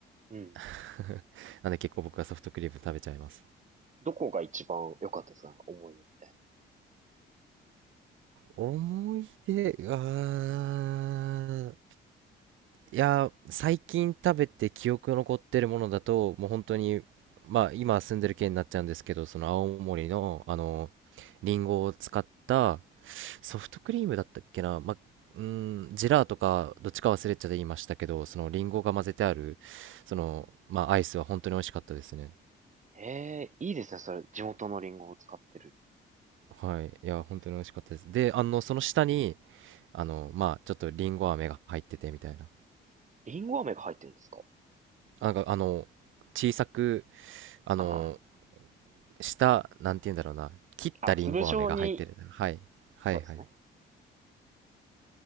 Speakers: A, on the right (about 40°); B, on the right (about 80°).
A: うん。
B: <laughs> なんで結構僕はソフトクリーム食べちゃいます。
A: どこが一番良かったですか思い出みたいな。
B: 思い出が、いや、最近食べて記憶残ってるものだと、もう本当に、まあ今住んでる県になっちゃうんですけど、その青森の、あの、リンゴを使ったソフトクリームだったっけな、まあ、うん、ジェラーとかどっちか忘れちゃって言いましたけど、
A: う
B: そのリンゴが混ぜてある、その、
A: ん。
B: まあアイスは本当に美味しかったですね。
A: ええいいですね。それ、地元のリンゴを使ってる。
B: はい、いや、本当に美味しかったです。で、あの、その下に、あの、まあ、ちょっとリンゴ飴が入っててみたいな。
A: リンゴ飴が入ってるんですか
B: なんか、あの、小さく、あの、
A: あ
B: 下、なんて言うんだろうな、切ったリンゴ飴が入ってる。
A: あ。あ、粒状に、
B: はい、はい、
A: そうですね。
B: はい。